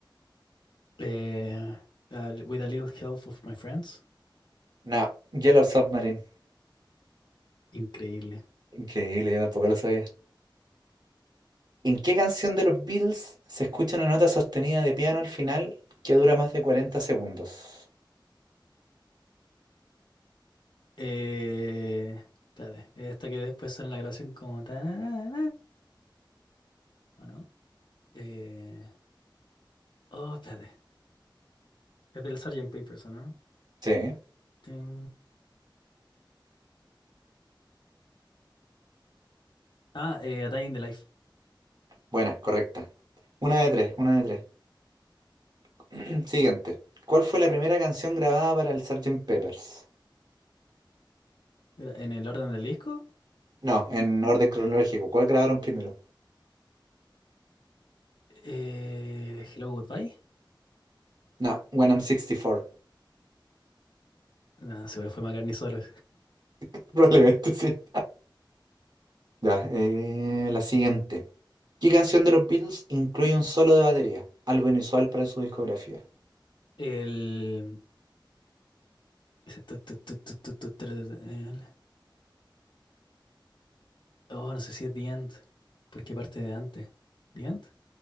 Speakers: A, on the left; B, on the right.
A: Eh, uh, with a little help of my friends.
B: No, Yellow Submarine.
A: Increíble.
B: Increíble, yo tampoco lo sabía. ¿En qué canción de los Beatles se escucha una nota sostenida de piano al final que dura más de cuarenta segundos?
A: Eh, espérate, esta que después suena en la grabación como... tararara, ¿O no? Eh, oh, espérate. Es del Sgt. Papers, ¿o ¿no?
B: Sí,
A: Tin. Ah, eh, A Day in the Life.
B: buena, correcta. Una de tres, una de tres. <clears throat> Siguiente. ¿Cuál fue la primera canción grabada para el Sgt. Peppers?
A: Era En el orden del disco.
B: No, en orden cronológico. ¿Cuál grabaron primero?
A: eh, Hello, Goodbye.
B: No, When I'm 64.
A: No, seguro fue McCartney solo.
B: <laughs> Probablemente sí. Ya, eh, la siguiente. ¿Qué canción de los Beatles incluye un solo de batería? Algo inusual para su discografía.
A: El... ese tu, tu, tu, tu, tu, tu, tu, el- Oh, no sé si es The End. ¿Por qué parte de antes? ¿The End?